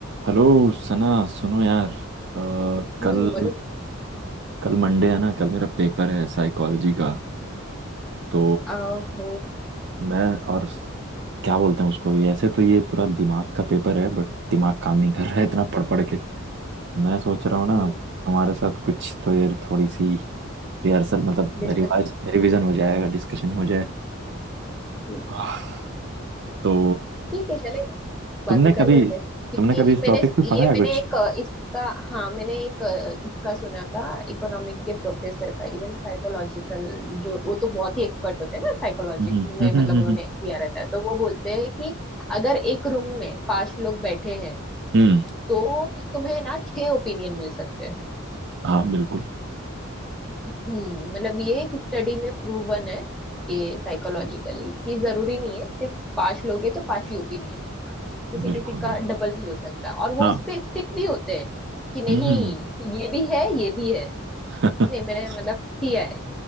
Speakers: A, on the right (about 55°); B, in the centre.
A: हेलो सना सुनो यार अ, कल
B: हम्म बोलो बोलो
A: कल मंडे है ना कल मेरा पेपर है साइकोलॉजी का तो
B: आहो
A: मैं और क्या बोलते हैं उसको ये- ऐसे तो ये पूरा दिमाग का पेपर है बट दिमाग काम नहीं कर रहा है इतना
B: अच्छा
A: पढ़ पढ़ के मैं सोच रहा हूँ ना
B: हम्म
A: हमारे साथ कुछ तो यार थोड़ी सी रिहर्सल मतलब
B: डिस्कशन
A: रिवाइज रिवीजन हो जाएगा डिस्कशन हो जाए
B: ठीक
A: आह,
B: है
A: तो
B: ठीक है चलेगा बातें
A: तुमने
B: कर
A: कभी
B: लेते हैं क्योंकि
A: तुमने कभी इस
B: मैंने
A: टॉपिक पे
B: ये
A: पढ़ा है
B: मैंने
A: कुछ
B: एक अ, इसका हाँ मैंने एक अ, इसका सुना था इकोनॉमिक के प्रोफेसर का इवन साइकोलॉजिकल जो वो तो बहुत ही एक्सपर्ट होते हैं ना साइकोलॉजी
A: हम्म हम्म
B: में
A: हम्म
B: मतलब
A: हम्म
B: उन्होंने
A: हम्म,
B: किया रहता है तो वो बोलते हैं कि अगर एक रूम में पांच लोग बैठे हैं
A: हम्म,
B: तो तुम्हें ना छह ओपिनियन मिल सकते हैं
A: हाँ बिल्कुल
B: हम्म मतलब ये एक स्टडी में प्रूवन है कि साइकोलॉजिकली कि जरूरी नहीं है सिर्फ पांच लोग हैं तो पांच ही ओपिनियन है किसी
A: बिल्कुल
B: किसी का
A: बिल्कुल
B: डबल भी हो सकता है और वो
A: हाँ
B: इस पे स्टिक भी होते हैं कि नहीं
A: हम्म
B: ये भी है ये भी है
A: <laughs>
B: नहीं मैंने मतलब किया है